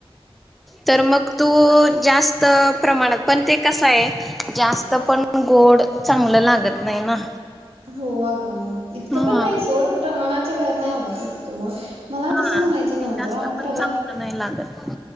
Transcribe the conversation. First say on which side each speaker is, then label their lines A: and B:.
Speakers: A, in the centre; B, on the right.
A: तर मग तु जास्त प्रमाणात पण ते कसं आहे, जास्त पण गोड चांगलं लागतं नाही ना.
B: हो अग इतक
A: हा.
B: पण नाही, सोड प्रमाणात. चा बाहेर इतका आवडत नाही सोड. मला
A: हा
B: तसं म्हणायचं नव्हतं
A: ते जास्त पण
B: रव्यात.
A: चांगलं नाही लागत